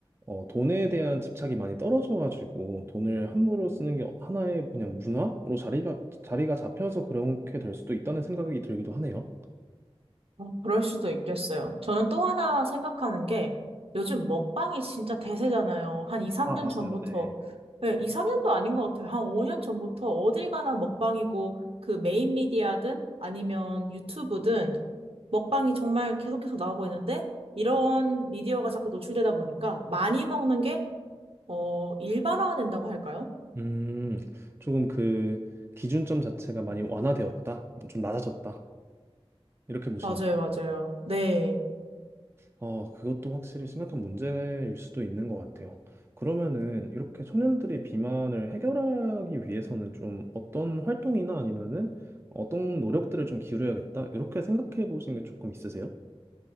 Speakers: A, on the right (about 25°); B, on the right (about 65°).
A: 어 돈에 대한 집착이 많이 떨어져가지고 돈을 함부로 쓰는 게 하나의 그냥 문화로 자리가 자리가 잡혀서 그렇게 될 수도 있다는 생각이 들기도 하네요.
B: 어, 그럴 수도 있겠어요. 저는 또 하나 생각하는 게 요즘 먹방이 진짜 대세잖아요. 한 2, 3년
A: 아, 맞아요.
B: 전부터,
A: 네.
B: 네, 2, 3년도 아닌 것 같아요. 한 5년 전부터 어딜 가나 먹방이고 그 메인 미디어든 아니면 유튜브든 먹방이 정말 계속해서 나오고 있는데 이런 미디어가 자꾸 노출되다 보니까 많이 먹는 게, 어, 일반화된다고 할까요?
A: 음, 조금 그 기준점 자체가 많이 완화되었다, 좀 낮아졌다 이렇게 보시는.
B: 맞아요, 맞아요. 네.
A: 어, 그것도 확실히 심각한 문제일 수도 있는 것 같아요. 그러면은 이렇게 청년들의 비만을 해결하기 위해서는 좀 어떤 활동이나 아니면은 어떤 노력들을 좀 기울여야겠다 이렇게 생각해 보신 게 조금 있으세요?